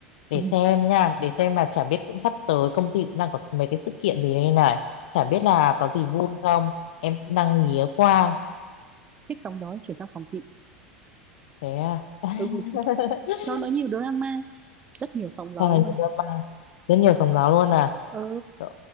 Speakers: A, on the left; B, on the right.
A: Để
B: Ừ.
A: xem nha, để xem là chả biết cũng sắp tới công ty cũng đang có mấy cái sự kiện gì đây này. Chả biết là có gì vui không. Em cũng đang nghía qua.
B: Thích sóng gió chuyển sang phòng chị.
A: Thế à. <laughs>
B: Ừ, cho nó nhiều drama, rất nhiều sóng gió
A: Sao là
B: luôn.
A: nhiều drama. Rất nhiều
B: Ừ,
A: sóng gió luôn à.
B: ừ
A: Trời